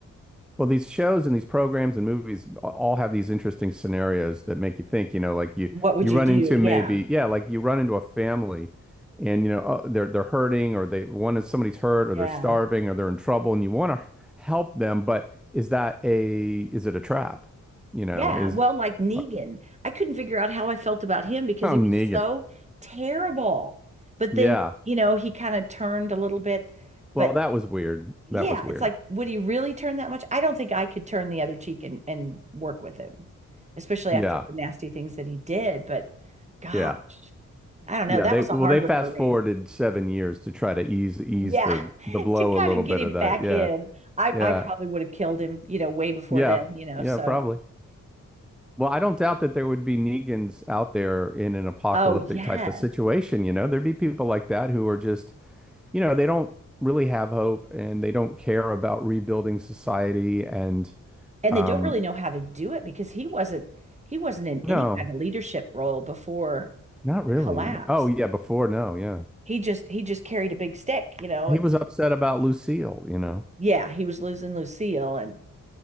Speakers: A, in the centre; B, on the right (about 20°).
A: Well, these shows and these programs and movies all have these interesting scenarios that make you think, you know, like you
B: What would
A: you
B: you
A: run
B: do?
A: into
B: Yeah.
A: maybe, yeah, like you run into a family and you know, oh, they're they're hurting or they one is somebody's hurt or
B: Yeah.
A: they're starving or they're in trouble and you want to help them, but is that a is it a trap? You know,
B: Yeah.
A: is
B: Well, like Negan,
A: <laughs>
B: I couldn't figure out how I felt about him because
A: oh,
B: he
A: Negan.
B: was so terrible. But
A: Yeah.
B: then, you know, he kind of turned a little bit,
A: Well,
B: but
A: that was weird.
B: yeah,
A: That was weird.
B: it's like, would he really turn that much? I don't think I could turn the other cheek and, and work with him, especially
A: Yeah.
B: after the nasty things that he did. But gosh,
A: Yeah.
B: I don't
A: Yeah,
B: know. That
A: they
B: was
A: well
B: a hard
A: they
B: one
A: fast
B: for me.
A: forwarded seven years to try to ease ease
B: Yeah,
A: the
B: <laughs>
A: the blow
B: to kind
A: a little
B: of get
A: bit
B: him
A: of that.
B: back
A: Yeah.
B: in. I,
A: Yeah.
B: I probably would have killed him, you know, way before
A: Yeah,
B: then, you know.
A: yeah,
B: So,
A: probably. Well, I don't doubt that there would be Negans out there in an apocalyptic
B: oh yes.
A: type of situation, you know. There'd be people like that who are just, you know, they don't really have hope and they don't care about rebuilding society and
B: And
A: um
B: they don't really know how to do it because he wasn't he wasn't in
A: no,
B: any kind of leadership role before
A: not
B: the
A: really.
B: collapse.
A: Oh, yeah, before, no, yeah.
B: He just he just carried a big stick, you know,
A: He
B: and
A: was upset about Lucille, you know.
B: yeah, he was losing Lucille and.